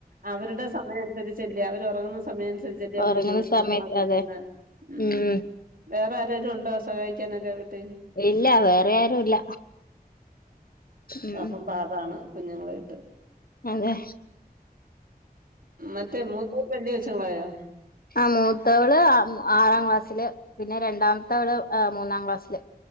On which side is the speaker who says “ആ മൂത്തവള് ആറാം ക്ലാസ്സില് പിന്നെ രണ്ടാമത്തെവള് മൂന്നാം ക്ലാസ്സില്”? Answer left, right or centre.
Left